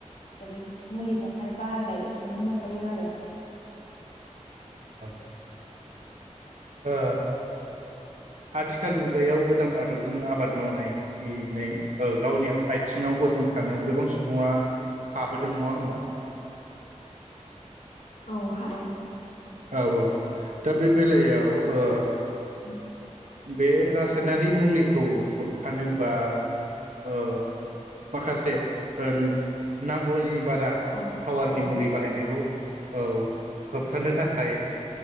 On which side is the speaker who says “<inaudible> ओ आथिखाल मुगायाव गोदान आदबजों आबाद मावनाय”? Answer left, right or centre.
Right